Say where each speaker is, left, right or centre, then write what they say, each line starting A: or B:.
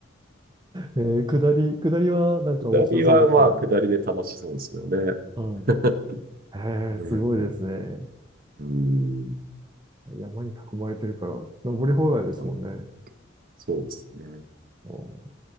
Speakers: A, on the right; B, on the right.
A: えー、下り、下りはなんか面白そうですよね。
B: 下りは、まあ、下りで楽しそうですよね。
A: はい。
B: <laughs>
A: ええ、
B: ねえ
A: すごいですね。
B: うん、
A: 山に囲まれてるから、登り放題ですもんね。
B: はい、そうですね。
A: おー